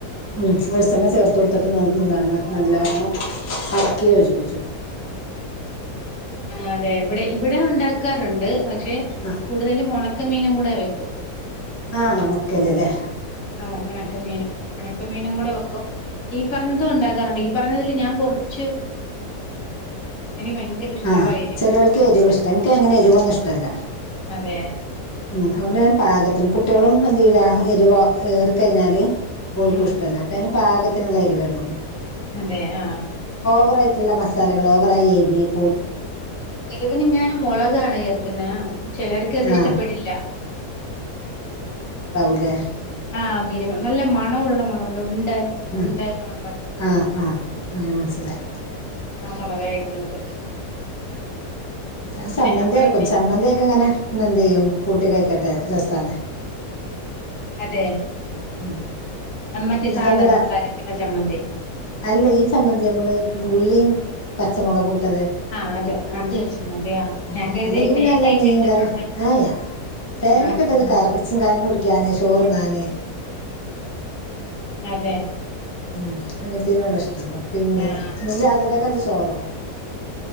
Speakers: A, on the left (about 20°); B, on the left (about 55°).
A: ഉം വെളിച്ചെണ്ണ ചേർത്ത് കൊടുത്തിട്ട് എന്താണ് നല്ലവണ്ണം അളക്കി യോജിപ്പിച്ചു
B: ആ അതെ ഇവിടെ ഇവിടെ ഉണ്ടാക്കാറുണ്ട് പക്ഷെ
A: ആ
B: കൂടുതലും ഉണക്ക ണക്ക മീനും കൂടെ വെക്കും
A: ആഹ് ഹ ണൊക്കല് ല്ലേ
B: ആ ഉണക്കമീൻ ഉണക്കമീനും കൂടെ വെക്കും ഈ പറഞ്ഞതും ഉണ്ടാക്കാറുണ്ട് ഈ പറഞ്ഞതിൽ ഞാൻ കൊറച്ച് ഭയങ്കര ഇഷ്ടവാ
A: ആഹ്
B: എരിവ്
A: ചെലോല്ക്ക് എരിവ് ഇഷ്ട എനിക്ക് അങ്ങനെ എരിവൊന്നും ഇഷ്ടല്ല
B: അതെ
A: ഉം ഹോണ്ട് ഞാൻ പാകത്തിന് കുട്ട്യേളും ഫങ്ക് ചെയില്ല എരിവ് ഏറിക്കഴിഞ്ഞാല് ഓല്ക്കൂ
B: ഉം
A: ഇഷ്ട്ടല്ല അപ്പഞാനും പാകത്തിനുള്ള എരിവേയിടുള്ളൂ
B: അതെ ആഹ്
A: ഓവർയായിട്ടുള്ള മസാലകൾ ഓവറായി എരിവ്
B: എരുവിന് ഞാൻ മൊളകാണ് ചെർക്കുന്നെ ആ ചെലർക്ക് അത് ഇഷ്ട്ടപ്പെടില്ല
A: ആഹ് ല്ലെ
B: ആഹ് വ <unintelligible> നല്ല മ പണമുള്ള മൊളകുണ്ട് ഉണ്ട്
A: ആഹ്
B: ഉണ്ട് <unintelligible>
A: ആഹ് ആഹ് അങ്ങനെ മനസ്സിലായി
B: ആ മൊളകായിടുന്നത്
A: അത് ചമ്മന്തി
B: അപ്പൊ
A: അരക്കും
B: ഇനി
A: ചമ്മന്തിയൊക്കെ ഇങ്ങനെ എന്ത് ചെയ്യും കൂട്ടി കഴിക്കട്ടെ രസാണ്
B: അതെ
A: ഉം
B: മറ്റേ
A: എന്നിട്ട്
B: സാധാ
A: എന്തരാ
B: നമ്മൾ അരക്കുന്ന ചമ്മന്തി
A: അല്ല ഈ ചമ്മന്തി നമ്മള് ഉള്ളിയ്യും പച്ച മൊളകു ഇട്ടത്
B: ആഹ് അത് അത് ചമ്മന്തി ആഹ്
A: അ
B: ഞാൻ കരുതി
A: അല്ലെങ്കി പിന്നെ
B: തേങ്ങയൊക്കെ
A: ല്ലാ മീൻകറി
B: ഇട്ടിട്ടുള്ള
A: ഏ എ ആ തേങ്ങക്ക
B: ആ ചമ്മന്തി
A: ഇട്ടത് കറി കഞ്ഞി കുടിക്കാന് ചോറ്ന്നാൻ
B: അതെ
A: ഉം അങ്ങനെത്തെനോടാ ഇഷ്ട്ടം ട്ടൊള്ളു പിന്നെ
B: ആഹ്
A: രാത്രിക്കെക്കെന്താ ചോറോ